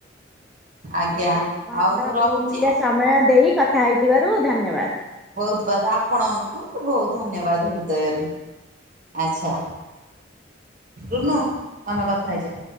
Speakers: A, on the right; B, in the centre.
A: ଆଜ୍ଞା।
B: ହଉ ଆପଣଙ୍କର
A: ଆଉ ମୁଁ ରହୁଛି
B: ବହୁମୂଲ୍ୟ ସମୟ ଦେଇ କଥା ହେଥିବାରୁ ଧନ୍ୟବାଦ୍।
A: ବହୁତ୍ ବହୁତ୍ ଆପଣଙ୍କୁ ବହୁତ ଧନ୍ୟବାଦ ହୃଦୟରୁ। ଆଛା ରୁନୁ ତମେ କଥା ହେଇଯା।